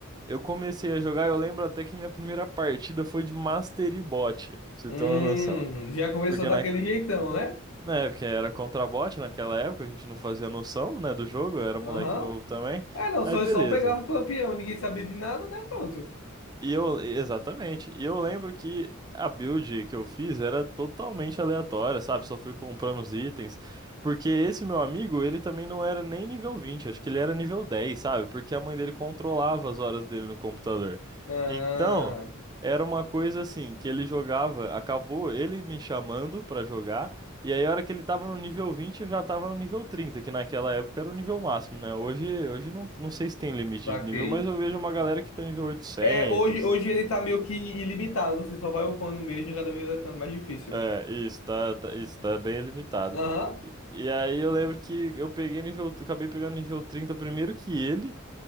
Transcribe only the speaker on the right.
eu comecei a jogar. Eu lembro até que minha primeira partida foi de Mastery Bot, pra você
ter uma noção.
Porque
na,
É, porque era contrabot naquela época, a gente não fazia noção, né, do jogo, eu era moleque
novo também.
Aí
beleza.
E eu, exatamente. E eu lembro que a build que eu fiz era totalmente aleatória, sabe? Só fui comprando os itens. Porque esse meu amigo, ele também não era nem nível vinte acho que ele era nível dez sabe? Porque a mãe dele controlava as horas dele no computador.
Então, era uma coisa assim, que ele jogava, acabou ele me chamando pra jogar. E aí, a hora que ele tava no nível vinte eu já tava no nível trinta que naquela época era o nível máximo, né? Hoje, hoje não, não sei se tem limite
de nível, mas eu vejo uma galera que tá nível oitocentos
É, isso, tá, tá- isso, tá bem limitado.
E, e aí eu lembro que eu peguei nível, acabei pegando nível 30 primeiro que ele,